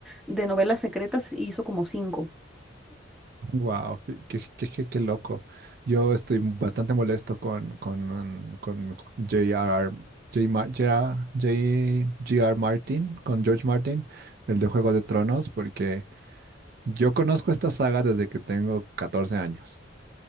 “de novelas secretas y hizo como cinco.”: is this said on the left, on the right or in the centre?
Centre